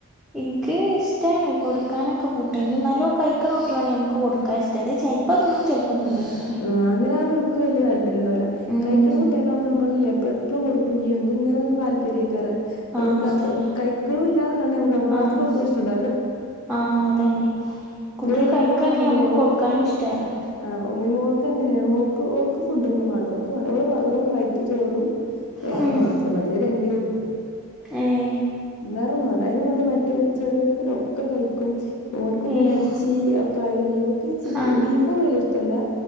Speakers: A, in the centre; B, on the left (about 85°).
A: ഇൻക്ക് ഇഷ്റ്റാണ് കൊടുക്കാനൊക്കെ ഫുഡയ്ന് നല്ലോ കഴിക്ണ കുട്ടിയേളാണെങ്കി നമുക്ക് കൊടുക്കാ ഇഷ്റ്റാ. ഇത് ചെല് പ്പം തിന്നും ചെൽപ്പം തിന്നൂല്ല അങ്ങനെ.
B: ആഹ് അങ്ങനാവുമ്പം ഞമ്മക് വല്യ താല്പര്യണ്ടാവൂല്ല.
A: ഉം
B: കഴിക്ക്ണ കുട്ടിയേക്കാവുമ്പോ മ്മള് ഇല്ല്യെ എപ്പളുഎ പ്പളും കൊടുക്കും ചെയ്യും. നമ്മക്ക് ഇങ്ങനെ താല്പര്യേക്കാരം. കൊടുക്കാത്ത
A: ആഹ് അതന്നെ
B: കഴിക്ണൂല്ലാന്ന് കണ്ടാ നമുക്ക് ആ ഭാഗത്തുക്കോക്ണെ
A: ആഹ്
B: ഇഷ്ട്ടണ്ടാവൂല.
A: ആഹ് അതന്നെ കുട്ടികൾ
B: ഇന്റെ വല്യ
A: കഴിക്കാണെ
B: മോള് അങ്ങനെയാണ്
A: നമുക്ക് കൊടുക്കാനും
B: ഓക്ക്
A: ഇഷ്ടാ പറ്യ.
B: ആഹ് ഉമ്മിമോൾക്ക് അങ്ങനെയാ മോ ഓക്ക് ഫുഡ് ഒന്നും വാണ്ട ഓക്ക് വെള്ള വെറും വൈറ്റ് ചോറും
A: ഉം
B: മാത്രം മതി ഒരു എണ്ണീം ഉപ്പും
A: ഏഹ്
B: വേറൊന്നും വാണ്ട. അതിന് വേണ്ടി മറ്റോൻ ചെറിയോൻക്ക് ട്ടോ ഒക്കെ കഴിക്കും ഓൻക്കും തന്നെ
A: ഏഹ്
B: ചീ കായി കഞ്ഞ ഇവക്ക് ചി
A: ആഹ്
B: ബീഫ് ഒന്നും വല്യ ഇഷ്ടല്ല